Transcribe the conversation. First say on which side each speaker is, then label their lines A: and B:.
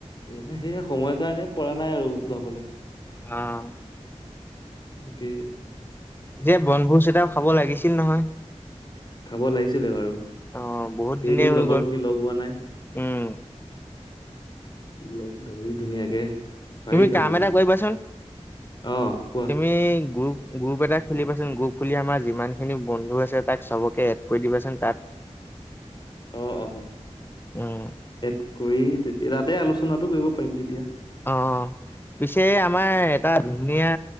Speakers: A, on the left; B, on the left.
A: মোৰ সেই সময়ৰ কাৰণেই পৰা নাই আৰু যাবলৈ।
B: অ'।
A: তাকে
B: সে বনভোজ এটাও খাব লাগিছিল নহয়!
A: খাব লাগিছিলে বাৰু
B: অ' বহুত
A: ধেৰদিন
B: দিনেই হৈ
A: লগৰখিনি
B: গ'ল
A: লগ হোৱা নাই।
B: উম।
A: লগ ধৰি ধুনীয়াকে। পাৰি
B: তুমি
A: খাবলে
B: কাম এটা কৰিবাচোন,
A: অ কোৱা
B: তুমি গ। গ্ৰুপ এটা খুলিবাচোন, গ্ৰুপ খুলি আমাৰ যিমানখিনি বন্ধু আছে তাক চবকে এড কৰি দিবাচোন তাত।
A: <inaudible> অ
B: উম,।
A: এড কৰি তাতে আলোচনাটো কৰিব পাৰিম তেতিয়া।
B: অ', পিছে আমাৰ এটা ধুনীয়া।